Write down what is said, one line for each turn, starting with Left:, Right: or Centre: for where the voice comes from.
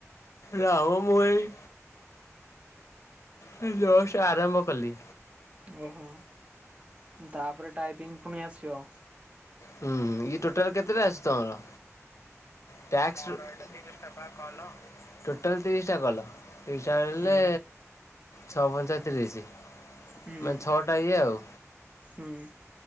Left: ନା ମ ମୁଁ ଏଇ ହେ ଜଷ୍ଟ ଆରମ୍ଭ କଲି।
Right: ଓହୋ ହୁଁ ତାପରେ ଟାଇପିଙ୍ଗ ପୁଣି ଆସିବ।
Left: ହୁଁ ହୁଁ। ଇଏ ଟୋଟାଲ କେତେଟା ଆସଛି ତମର? ମୋର ଏଇଟା ତିରିଶ ଟା ପା କଲ। ଟୋଟାଲ୍ ତିରିଶଟା କଲ ତିରିଶ ଟା କଲ୍ ହେଲେ
Right: ହୁଁ
Left: ଛଅ ପଞ୍ଚା ତିରିଶ ମାନେ
Right: ହୁଁ
Left: ଛଅଟା ଇଏ ଆଉ।
Right: ହୁଁ।